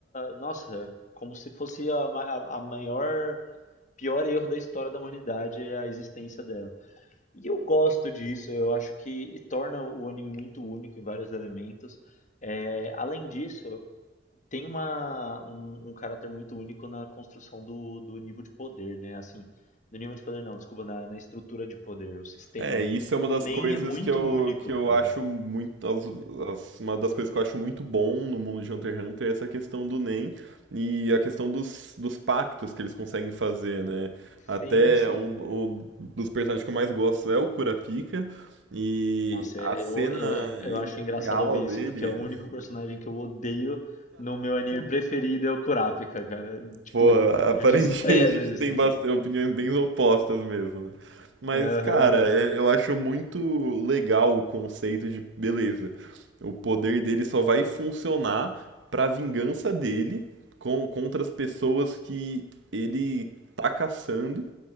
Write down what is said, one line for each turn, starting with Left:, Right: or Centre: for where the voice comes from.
Left: Nossa, como se fosse a, ma- a, a maior pior erro da história da humanidade é a existência dela. E eu gosto disso, eu acho que torna o anime muito único em vários elementos. É, além disso, tem uma, um, um caráter muito único na construção do, do nível de poder, né? Assim, do nível de poder não, desculpa, na, na estrutura de poder, o sistema.
Right: É, isso é uma
Left: O
Right: das
Left: Nen
Right: coisas
Left: é muito
Right: que eu,
Left: único,
Right: que eu
Left: cara.
Right: acho muito. as- as- uma das coisas que eu acho muito bom no mundo de Hunter x Hunter é essa questão do NEM e a questão dos, dos pactos que eles conseguem fazer, né? Até
Left: Sim, sim.
Right: um, o- dos personagens que eu mais gosto é o Kurapika, e
Left: Nossa,
Right: a
Left: eu,
Right: cena
Left: eu, é, eu acho engraçado
Right: inicial
Left: ouvir
Right: dele.
Left: isso, porque é o único personagem que eu odeio no meu anime preferido é o Kurapika, cara. Tipo,
Right: Pô, aparentemente
Left: eu desprezo
Right: <laughs> a gente
Left: a existência.
Right: tem bastante, opiniões bem opostas mesmo, né? Mas,
Left: Aham,
Right: cara,
Left: mas.
Right: é- eu acho muito legal o conceito de beleza. O poder dele só vai funcionar pra vingança dele com- contra as pessoas que ele tá caçando,